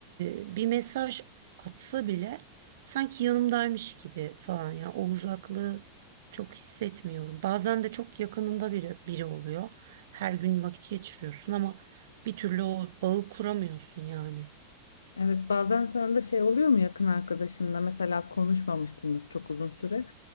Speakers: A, on the right; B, on the left.
A: e, bir mesaj atsa bile sanki yanımdaymış gibi falan. ya o uzaklığı çok hissetmiyorum. Bazen de çok yakınında biri, biri oluyor. Her gün vakit geçiriyorsun ama bir türlü o bağı kuramıyorsun yani.
B: Evet, bazen sana da şey oluyor mu yakın arkadaşınla mesela konuşmamışsınız çok uzun süre.